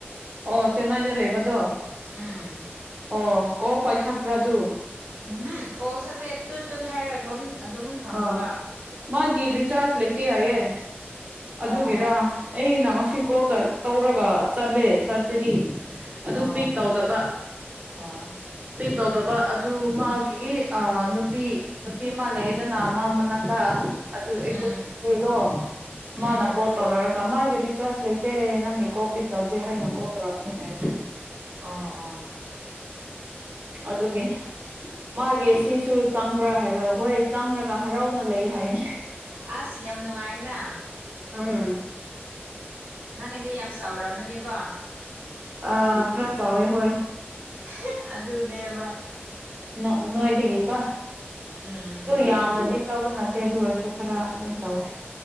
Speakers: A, on the right; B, on the right.
A: ꯑꯣ ꯆꯦꯟꯅꯥꯏꯗ ꯂꯩꯕꯗꯣ
B: ꯎꯝ꯫
A: ꯑꯣ ꯀꯣꯜ ꯄꯩꯈꯠꯄ꯭ꯔꯥ ꯑꯗꯨ
B: ꯎꯝ ꯍꯨꯝ ꯀꯣꯜ ꯁꯠꯇꯦ ꯇꯨꯠ ꯇꯨꯠ ꯍꯥꯏꯔꯒꯝ ꯑꯗꯨꯝ ꯊꯝꯈꯤꯕ
A: ꯑꯥ ꯃꯥꯒꯤ ꯔꯤꯆꯥꯔꯖ ꯂꯩꯇꯦ ꯍꯥꯏꯌꯦ
B: ꯑꯣ
A: ꯑꯗꯨꯒꯤꯔꯥ ꯑꯩꯅ ꯉꯁꯤ ꯀꯣꯜ ꯇꯧ ꯇꯧꯔꯒ ꯆꯠꯂꯦ ꯆꯠꯄꯗꯤ ꯑꯗꯨ
B: ꯑꯣ
A: ꯄꯤꯛ ꯇꯧꯗꯕ
B: ꯑꯣ
A: ꯄꯤꯛ ꯇꯧꯗꯕ ꯑꯗꯨ ꯃꯥꯒꯤ ꯑ ꯅꯨꯄꯤ ꯅꯨꯄꯤ ꯑꯃ ꯂꯩ ꯗꯅ ꯑꯃ ꯑꯃꯅꯥꯛꯇ ꯑꯗꯨ
B: ꯎꯝ
A: ꯑꯩꯈꯏ ꯆꯦꯗꯣ
B: ꯎꯝ
A: ꯃꯥꯅ ꯀꯣꯜ ꯇꯧꯔꯛꯑꯒ ꯃꯥꯒꯤ ꯔꯤꯆꯥꯔꯖ ꯂꯩꯇꯦ ꯅꯪꯒꯤ ꯀꯣꯜ ꯄꯤꯛ ꯇꯧꯗ꯭ꯔꯤ ꯍꯥꯏꯅ ꯀꯣꯜ ꯇꯧꯔꯛꯑꯦ ꯍꯥꯏꯕꯅꯤ
B: ꯑꯣ ꯑꯣ
A: ꯑꯗꯨꯒꯤ ꯃꯥꯒꯤ ꯁꯤꯁꯨ ꯆꯪꯕ꯭ꯔꯥ ꯍꯥꯏꯔꯒ ꯍꯣꯏ ꯆꯪꯔꯒ ꯍꯔꯥꯎꯅ ꯂꯩ ꯍꯥꯏꯌꯦ
B: ꯑꯁ ꯌꯥꯝ ꯅꯨꯡꯉꯥꯏꯅ
A: ꯑꯝ
B: ꯅꯪ ꯑꯩꯗꯤ ꯌꯥꯝ ꯁꯥꯎꯔꯝꯃꯅꯤꯀꯣ
A: ꯑꯥ ꯈꯔ ꯆꯥꯎꯋꯦ ꯍꯣꯏ
B: ꯍꯦ ꯑꯗꯨꯅꯦꯕ
A: ꯅꯣꯏ ꯅꯣꯏꯗꯒꯤꯀꯣ
B: ꯎꯝ꯫
A: ꯑꯗꯨ ꯌꯥꯝꯅꯗꯤ ꯆꯧꯕ ꯅꯠꯇꯦ ꯑꯗꯨ ꯑꯣꯏꯔꯁꯨ ꯈꯔ ꯑꯗꯨꯝ ꯆꯧꯋꯦ